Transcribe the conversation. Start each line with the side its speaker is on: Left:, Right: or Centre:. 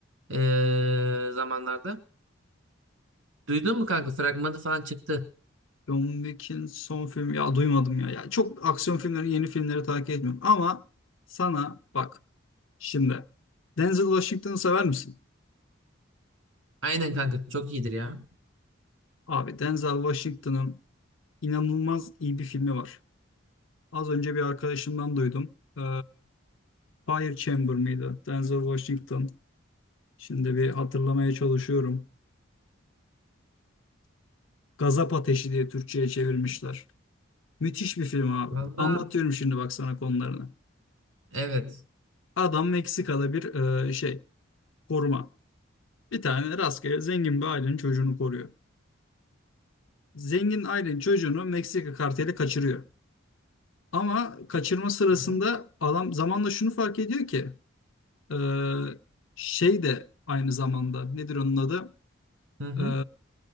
Right: e, zamanlarda. Duydun mu kanka? Fragmanı falan çıktı.
Left: John Wick'in son filmi ya duymadım ya. Yani çok aksiyon filmlerini yeni filmleri takip etmiyorum ama sana bak şimdi Denzel Washington'ı sever misin?
Right: Aynen kanka. Çok iyidir ya.
Left: Abi Denzel Washington'ın inanılmaz iyi bir filmi var. Az önce bir arkadaşımdan duydum. Ee, Fire Chamber mıydı? Denzel Washington. Şimdi bir hatırlamaya çalışıyorum. Gazap Ateşi diye Türkçe'ye çevirmişler. Müthiş bir film abi.
Right: Valla
Left: Anlatıyorum şimdi bak sana konularını.
Right: evet.
Left: Adam Meksika'da bir e, şey koruma. Bir tane rastgele zengin bir ailenin çocuğunu koruyor. Zengin ailenin çocuğunu Meksika karteli kaçırıyor. Ama kaçırma sırasında
Right: Hı hı.
Left: adam zamanla şunu fark ediyor ki e, şey de aynı zamanda nedir onun adı?
Right: Hı hı.
Left: E,